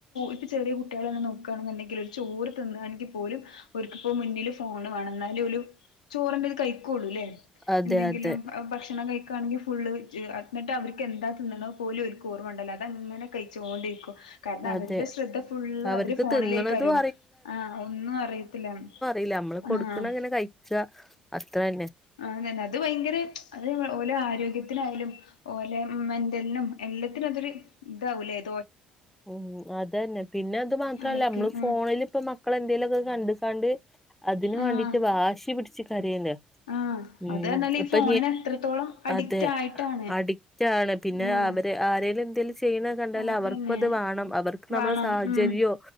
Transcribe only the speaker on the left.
ഇപ്പ ചെറിയ കുട്ടികൾ തെ നോക്കുകയാണെന്നുണ്ടെങ്കിലുംോ ൂർ തിന്നാണെങ്കിൽ പോലും ഒക്കിപ്പോ മുന്നില് ഫോണ് വണന്നാലും ഒരു ചോറിന്റെ ഇത് കഴിക്കുള്ളൂല്ലേ
എന്തെങ്കിലും
ഭക്ഷണം കഴ ക്കെ ആണെങ്കിൽ ഫുള് എന്നിട്ട് അവർക്ക് എന്താ തിന്നണോ പോലും ഒരു ർവ ഉണ്ടല്ലോ അത്ങ്ങനെ കഴിച്ചുകോണ്ടിരിക്കും കാരണം അവരുടെ
ശ്രദ്ധ ഫുള്ള്
അവര് ഫോണിലേക്ക്രും
ആ ഒന്നും അറിയത്തില്ല
ആഹ്
ആ അതന്നെ അത് ഭയങ്കര അത് ഓലെ ആരോഗ്യത്തിനായാലും ഓലെ ഉ മെന്റലിനും എല്ലാത്തിനും അതൊരു ഇതാവൂലേ അ
അവർക്ക്
ഉം
ആഹ്
ആഹ്
അത് പറഞ്ഞാല്
ഈ ഫോണിന് അത്രത്തോളം അഡിക്റ്റ്
ആയിട്ടാണ്
ആഹ്
അതന്നെ
വേണം
ഉം